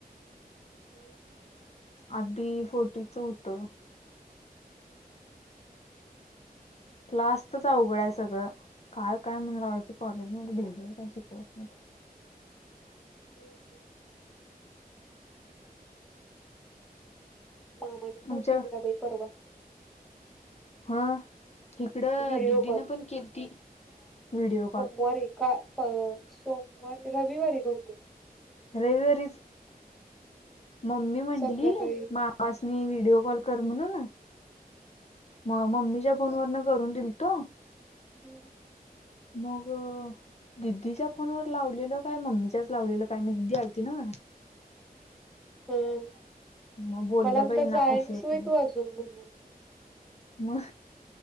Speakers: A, in the centre; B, on the left (about 45°).
A: ह
B: आधी फोटीच होतं क्लास तरच अवघड आहे सगळं काय काय म्हणून रावायचं कॉलेजमध्येध्ये ढेगळं काय शिकवत नाहीत
A: ठी मामाने फोन
B: आमच्या
A: केलेला बाई परवा
B: हा इकडं
A: व्हिडिओ
B: दिदीनं
A: कॉल
B: पण केली ती व्हिडिओ कॉल
A: वर का अ सोमवारी रविवारी बुते
B: रविवारीच मम्मी म्हंटली
A: संध्याकाळी
B: मापसनी
A: हम्म
B: व्हिडिओ कॉल करमु ना ना म मम्मीच्या फोन वन करून दिल तो
A: हम्म
B: मग दिदीच्या फोनवर लावलेल काय मम्मीच्याच लावलेल काय मी दिदी आलती ना
A: हम्म
B: मग बोललं
A: मला म्हणतात
B: बाई
A: जाय
B: ना उशर
A: नाहीस
B: प
A: <unintelligible>
B: म